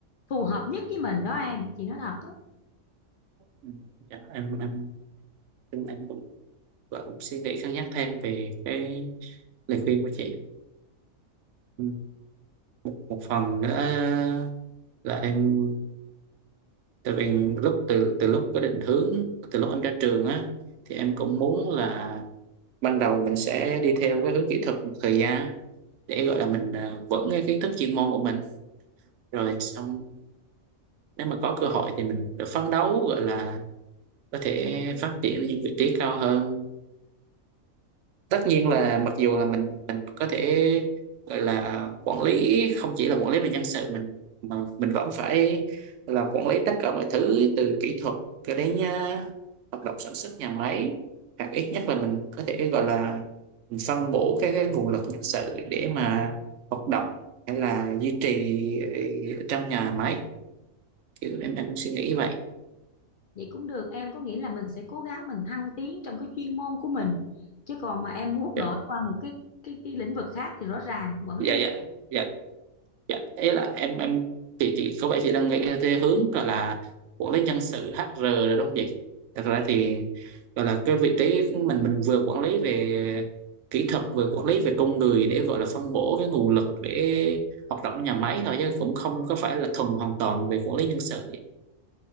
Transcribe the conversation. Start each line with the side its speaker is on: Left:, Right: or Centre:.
Left: phù hợp nhất với mình đó em chị nói thật á
Right: Ừ. dạ, em em em em cũng, gọi cũng suy nghĩ cân nhắc thêm về cái lời khuyên của chị Ừ. một, một phần nữa là em tại vì lúc từ từ lúc có định hướng từ lúc em ra trường á thì em cũng muốn là ban đầu mình sẽ đi theo cái hướng kỹ thuật một thời gian để gọi là mình ờ, vững cái kiến thức chuyên môn của mình rồi xong nếu mà có cơ hội thì mình phấn đấu gọi là có thể phát triển ở những vị trí cao hơn tất nhiên là mặc dù là mình mình có thể gọi là à, quản lý không chỉ là quản lý về nhân sự mình mà mình vẫn phải là quản lý tất cả mọi thứ từ kỹ thuật cho đến à, hoạt động sản xuất nhà máy hoặc ít nhất là mình có thể gọi là mình phân bổ cái, cái nguồn lực nhân sự để mà hoạt động hay là duy trì ừ, trong nhà máy kiểu em em suy nghĩ vậy
Left: vậy cũng được em có nghĩa là mình sẽ cố gắng mình thăng tiến trong cái chuyên môn của mình chứ còn mà em muốn
Right: dạ
Left: đổi qua một cái cái cái lĩnh vực khác thì rõ ràng quản lý
Right: dạ
Left: nhân
Right: dạ Dạ. Dạ, ý là em em chị chị có vẻ chị đang nghĩ theo hướng gọi là quản lý nhân sự HR rồi đúng không chị? Thật ra thì gọi là cái vị trí của mình mình vừa quản lý về kỹ thuật vừa quản lý về con người để gọi là phân bổ cái nguồn lực để hoạt động nhà máy thôi chứ cũng không có phải là thuần hoàn toàn về quản lý nhân sự.